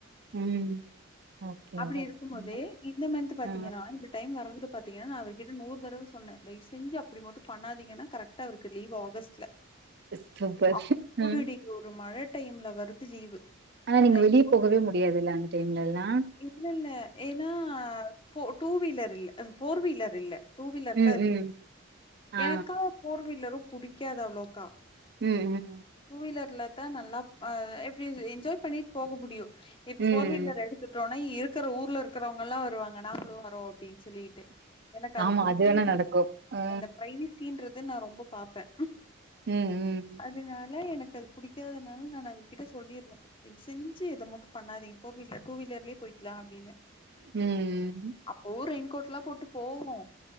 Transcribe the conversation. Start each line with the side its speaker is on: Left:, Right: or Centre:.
Right: ம் ஓகே
Left: அப்டி
Right: அவ்வளவுதாங்க.
Left: இருக்கும் போதே இந்த மந்த்து பாத்திங்கன்னா
Right: ஆ
Left: இந்த டைம் <unintelligible> பாத்திங்கன்னா நா அவர்கிட்ட நூறு தடவ சொன்னே தய்வு செஞ்சு அப்டி மட்டு பண்ணாதீங்கனா கரெட்டா அவருக்கு லீவு ஆகஸ்ட்ல
Right: <unintelligible>
Left: அப்புடுடி
Right: ம்
Left: ஒரு மழ டைம்ல வருது லீவு
Right: ஆனா நீங்க
Left: நான்
Right: வெளிய போகவே முடியாதுல்ல அந்த டைம்லலா
Left: இல்லல்ல ஏனா ஃபோ டூ வீலர் இல்ல அ ஃபோர் வீலர் இல்ல டூ வீலர்
Right: ம்
Left: தா இருக்கு
Right: ம் ஆ
Left: எனக்கா ஃபோர் வீலரு புடிக்காது அவ்ளோக்கா
Right: ம் ம்
Left: டூ வீலர்ல தா நல்லா அ எப்டி என்ஜாய் பண்ணிட் போக முடியு இப்ப
Right: ம்
Left: ஃபோர் வீலர் எடு த்துட்டோனா இருக்குற ஊர்ல இருக்றவங்கல்லா வருவாங்க நாங்ளு வரோ அப்டின் சொல்லி ட்டு எனக்கு அது
Right: ஆமா
Left: புடிக்கவே
Right: வேணா
Left: புடிக்
Right: நடக்கு ஆ
Left: இந்த ப்ரைவ்சின்றது நா ரொம்ப பாப்பே
Right: ம் ம்
Left: அதுனால எனக்கு அது புடிக்காததுனால நான் அவர்கிட்ட சொல்லிருந்தே தய் செஞ்சு இத மட் டு பண்ணாதீங் ஃபோர் வீலர் டூவிலர்லேயே போய்க்லா அப்டின்வெ
Right: ம் ம்
Left: அப்பவு ரெயின்கோட்லா போட்டு போவோ